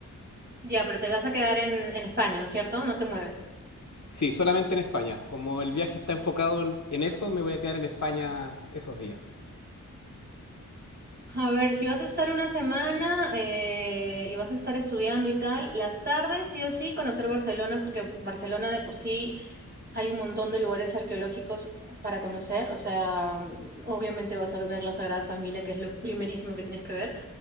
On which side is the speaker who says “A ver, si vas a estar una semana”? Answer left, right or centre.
Right